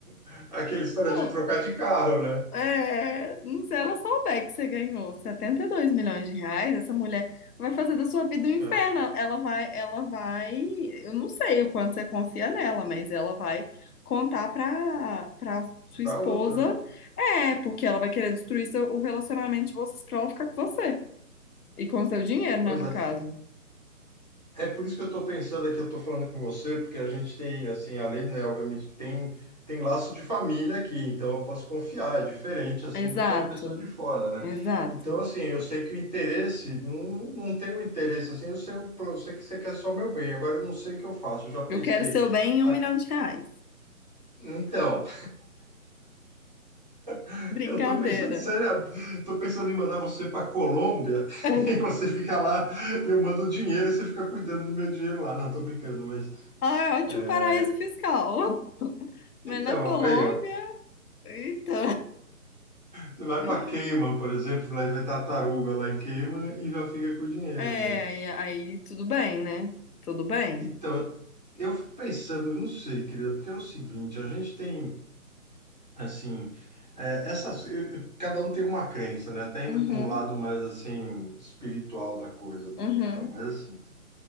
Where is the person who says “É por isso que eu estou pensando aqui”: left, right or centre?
Right